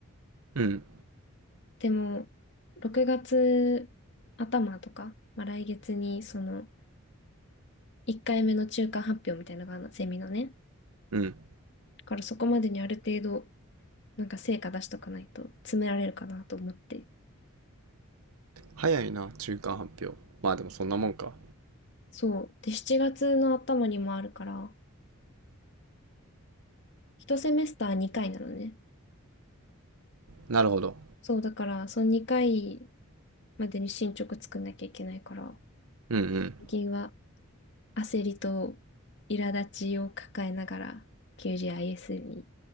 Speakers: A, on the right (about 80°); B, on the left (about 50°).
A: うん、
B: でも、6月頭とか、まあ、来月に、その、1回目の中間発表みたいなのがあるの、セミのね。
A: うん。
B: だからそこまでにある程度、なんか成果出しとかないと詰められるかなと思って。
A: 早いな、中間発表。まあでもそんなもんか。
B: そう。で、7月の頭にもあるから、1セメスター2回なのね。
A: なるほど。
B: そう、だから、その2回までに進捗作んなきゃいけないから、
A: うんうん。
B: 最近は焦りと苛立ちを抱えながら QGIS に